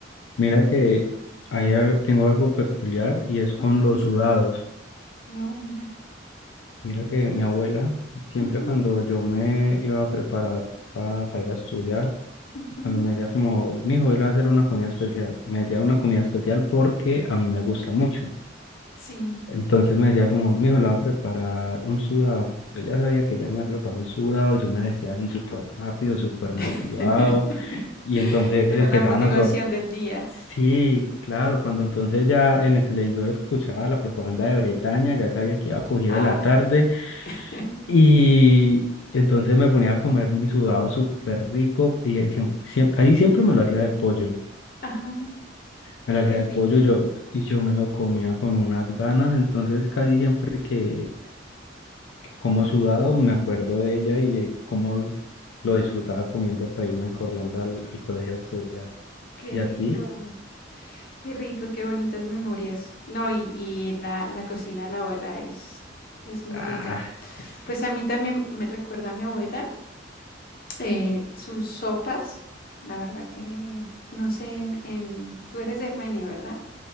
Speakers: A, on the left; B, on the left.
A: Mira que ahí a- tengo algo peculiar y es con
B: Ujú,
A: los sudados.
B: No, mira.
A: Mira que mi abuela, siempre
B: ujú,
A: cuando yo me iba a preparar para ir a estudiar,
B: ujú,
A: cuando me decía como, mi hijo, iba a hacer una comida especial, me decía una comida especial porque a mí me gusta mucho.
B: Sí.
A: Entonces me decía como, mi hijo, le va a preparar un sudado. Yo ya sabía que ya me había preparado un sudado y yo me vestía así súper rápido, súper motivado.
B: <laughs>
A: Y entonces
B: Era
A: empezaban
B: la motivación
A: a sonar.
B: del día.
A: Sí, claro, cuando entonces ya en el televisor escuchaba la propaganda de Bretaña, ya sabía que iba cogido
B: Ah,
A: de la tarde.
B: el- <laughs>
A: Y entonces me ponía a comer mi sudado súper rico y eh, siem- siem- casi siempre me lo hacía de pollo.
B: Ajá,
A: Me lo hacía
B: qué rico,
A: de pollo yo, y yo me lo comía con unas ganas. Entonces casi siempre que, que como sudado me acuerdo de ella y de cómo lo disfrutaba comiendo para irme corriendo al, al colegio a estudiar.
B: qué
A: ¿Y
B: rico,
A: a ti?
B: qué rico, qué bonitas memorias. No, y, y la, la cocina de la abuela es, es muy
A: Ah,
B: rica.
A: es-
B: Pues
A: es-
B: a mí también me recuerda a mi abuela. Eh, sus sopas, la verdad que no sé en, en- tú eres de Armenia, ¿verdad?